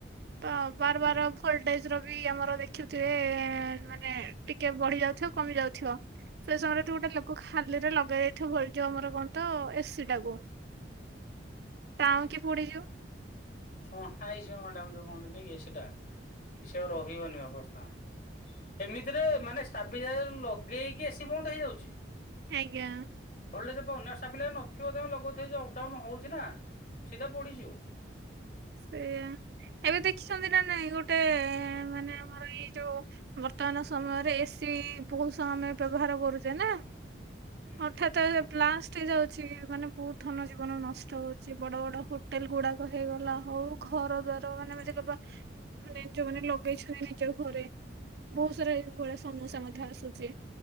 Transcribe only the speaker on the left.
ହୁଁ।
ସୁହା ହେଇଯିବ ମ୍ୟାଡାମ ଯୋଉ କହନ୍ତିନ କି ସେଟା କି ସେ ଆଉ ରହିବନି ଅବସ୍ଥା। ଏମିତିରେ ମାନେ ଷ୍ଟାବିଲାଇଯାର ଲଗେଇକି ଏସି ବନ୍ଦ ହେଇଯାଉଛି।
ଭୋଲ୍ଟେଜ ପାଉନି ଷ୍ଟାବଳାଇଯାର ନଥିବ ତମେ ଲଗଉଥିବ। ଯୋଉ ଅପ୍ ଡାଉନ୍ ହଉଛି ନା ସିଧା ପୋଡିଯିବ।
ହୁଁ
ହୁଁ।